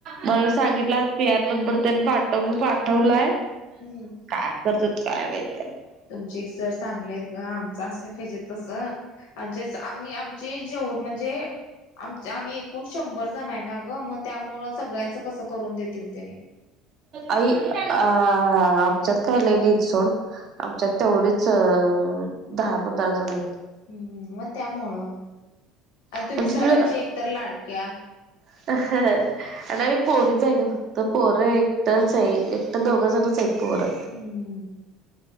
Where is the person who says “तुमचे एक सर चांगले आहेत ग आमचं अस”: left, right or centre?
Left